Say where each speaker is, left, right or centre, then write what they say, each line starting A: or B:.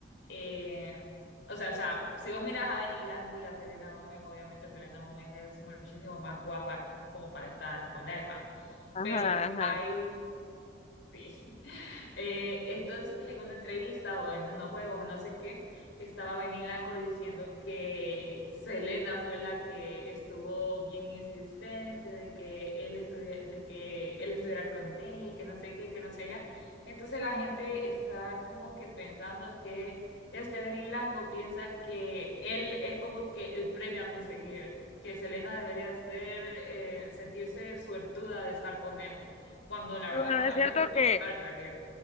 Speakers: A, on the left; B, on the left.
A: eh, o sea, o sea, si vos miras a Benny Blanco y a Selena Gómez, obviamente Selena Gómez es muchísimo más guapa como para estar con él, ¿va?
B: Ajá,
A: Pero
B: ajá.
A: hay Sí. <laughs> Eh, entonces, en una entrevista o en unos juegos o no sé qué, estaba Benny Blanco diciendo que Selena fue la que estuvo bien insistente de que él estuviera, de que él estuviera con ella y que no sé qué, que no sé ya. Entonces la gente está como que pensando que este Benny Blanco piensa que él es como que el premio a conseguir, que Selena debería ser, eh, sentirse suertuda de estar con él cuando la
B: Y
A: verdad
B: bueno,
A: para
B: es cierto
A: mí debería
B: que,
A: estar al revés.